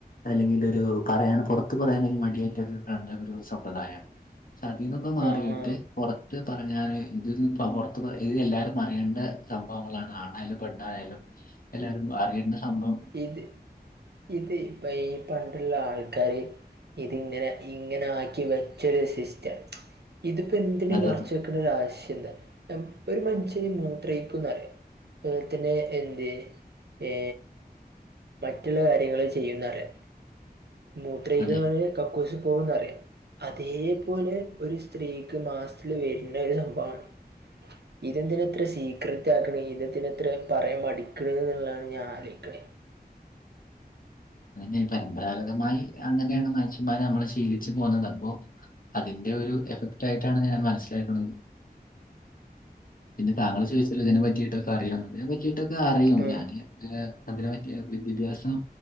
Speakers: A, on the left; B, on the right.
A: അല്ലെങ്കിൽ ഒരു പറയാൻ പുറത്ത് പറയാനെങ്കിൽ മടിയായിറ്റൊക്കെ കണ്ട ഒരു സമ്പ്രദായ അതിന്നൊക്കെ മാറിയിട്ട്
B: ആ ആ
A: പുറത്ത് പറഞ്ഞാല് ഇത് പുറത്ത് ഇത് എല്ലാവരും അറിയേണ്ട സംഭവങ്ങളാണ് ആണായാലും പെണ്ണായാലും എല്ലാരും അറിയേണ്ട സംഭവം
B: ഏത് ഇത് ഇപ്പൊ ഈ പണ്ടുള്ള ആൾക്കാര് ഇതിങ്ങനെ ഇങ്ങനെ ആക്കി വെച്ചൊരു സിസ്റ്റം ഇതിപ്പോ എന്തിന്
A: അതെ
B: മറച്ച് വെക് ണ്ട ആവശ്യം എന്താ ഒരു മനുഷ്യന് മൂത്രയ്ക്കുംന്ന് അറിയാ അ പോൽ തന്നെ ന്ത് ഏ മറ്റുള്ള കാര്യങ്ങൾ ചെയ്യുംന്നറിയ മൂത്ര ഒയ്ക്കാൻ
A: അതെ
B: കക്കൂസിൽ പോകുന്നറിയാം അതേപോലെ ഒരു സ്ത്രീക്ക് മാസ്ത്തില് വരുന്ന ഒരു സംഭവമാണ്
A: <inaudible>
B: ഇതെന്തിനെത്ര സീക്രറ്റ് ആക്കണ ഇതെന്തിനത്ര പറയാൻ മടിക്കണ ന്നള്ളാണ് ഞാൻ ആലോചിക്കണത്
A: അതന്നെ പരമ്പരാഗതമായി അങ്ങനെയാണ് മനുഷ്യന്മാര് നമ്മള് ശീലിച്ചു പോകുന്നത് അപ്പോ അതിന്റെ ഒരു എഫക്റ്റ് ആയിട്ടാണ് ഞാൻ മനസ്സിലാക്കുന്നത് പിന്നെ താങ്കൾ ചോദിചിലെ ഇതിനെ പറ്റിയിട്ടൊക്കെ അറിയോ തിനെ പറ്റിയിട്ടൊക്കെ അറിയും
B: ആ
A: ഞാന് ഏ അതിനെ പറ്റി വിദ്യാഭ്യാസം